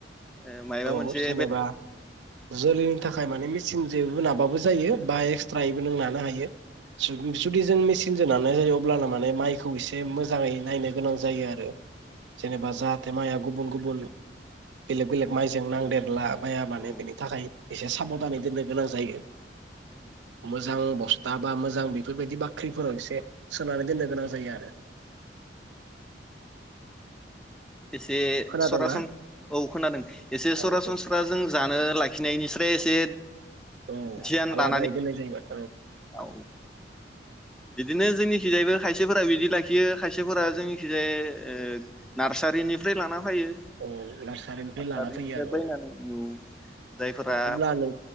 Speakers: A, in the centre; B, on the right.
A: ए मायबा
B: औ
A: मोनसे
B: जेनेबा जोलैनि थाखाय माने मेचिन जो <unintelligible> बा एक्सट्रायै नों नानो हायो जु-जुदि जों मेसिन जों नानो होयो अब्लाना माने मायखौ इसे मोजाङै नायनो गोनां जायो आरो जेनेबा जाहाथे माया गुबुन गुबुन बेलेग बेलेग माइजों नांदेरला माया माने
A: औ
B: बेनि थाखाय एसे साब नानै दोननो गोनां जायो।
A: औ
B: मोजां बस थां बा मोजां बेफोरबायदि बाख्रिफोराव एसे सोनानै दोननो गोनां जायो आरो।
A: एसे
B: खोनादोंना?
A: सरासन औ खोनादों एसे
B: औ
A: सरासनस्रा
B: बुं
A: जों जानो लाखिनायनिस्राय एसे
B: औ
A: धियान
B: आलादायै
A: लानानै
B: दोननाय जाहैबाय
A: औ बिदिनो जोंनिखिजायबो खायसेफोरा बिदि लाखियो खायसेफोरा जोंनिखैजाय ओ नारसारिनिफ्राय लाना फैयो
B: औ नार्सारिनिफ्राय
A: नार्सारिनिफ्राय
B: लाना फैयो आरो
A: बायनानै
B: औ
A: औ जायफोरा
B: अब्ला नों